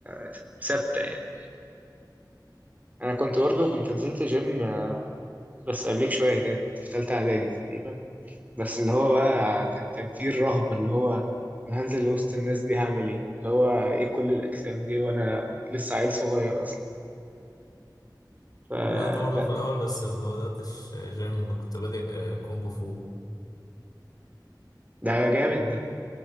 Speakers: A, on the right (about 20°); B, on the left (about 55°).
A: آه، ثابتة يعني انا كنت برضه كنت نزلت جيم آه، بس قبليك شوية كده كنت في تالتة اعدادي تقريبا بس اللي هو بقى كان كان فيه الرهبة اللي هو انا هنزل وسط الناس دي هعمل ايه اللي هو ايه كل الاجسام دي وانا لسه عيل صغير اصلا فده
B: بدأت برضه في الأول بس ما بدأتش جيم كنت بادئ آه، كونج فو
A: ده جامد ده